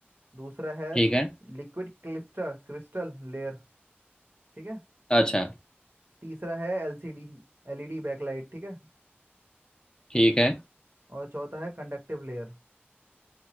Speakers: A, on the right; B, on the left.
A: दूसरा है
B: ठीक है
A: लिक्विड क्लिस्टर क्रिस्टल लेयर ठीक है
B: अच्छा
A: तीसरा है एलसीडी एलईडी बैकलाइट ठीक है
B: ठीक है
A: और चौथा है कंडक्टिव लेयर